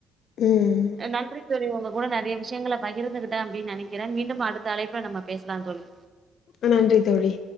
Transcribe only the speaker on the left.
ம்
அ நன்றி தோழி